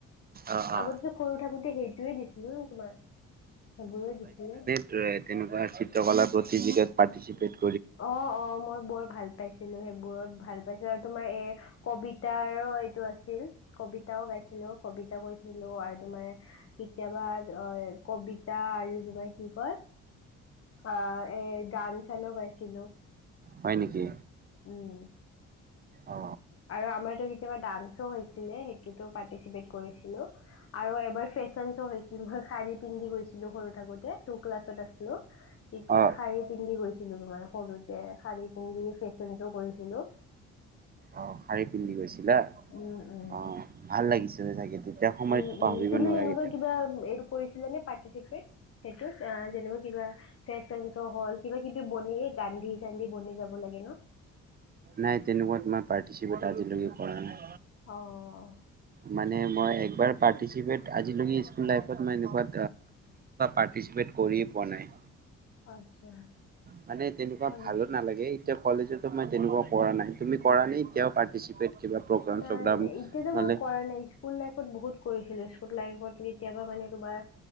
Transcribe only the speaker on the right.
অ অ
উম তেনেকুৱা চিত্ৰকলা প্ৰতিযোগিতাত পাউৰ্টিচিপেট
হয় নেকি
অ
অ
অ শাৰী পিন্ধি গৈছিলা
অ ভাল লাগিছিলে চাগে তেতিয়া সময়তো
পাহৰিব
নোৱাৰে
কেতিয়া
নাই তেনেকুৱা মই পাৰ্টিচিপেট আজিলৈকে কৰা নাই
মানে মই একবাৰ পাৰ্টিচিপেট আজিলৈকে স্কুল লাইফত মই এনেকুৱা পাৰ্টিচিপেট কৰিয়ে পোৱা নাই
মানে তেনেকুৱা
ভালো
নালাগে এতিয়া কলেজতো মই তেনেকুৱা কৰা নাই তুমি কৰা নে এতিয়া পাৰটিচিপেট কিবা প্ৰগ্ৰাম
চোগ্ৰাম
হ'লে।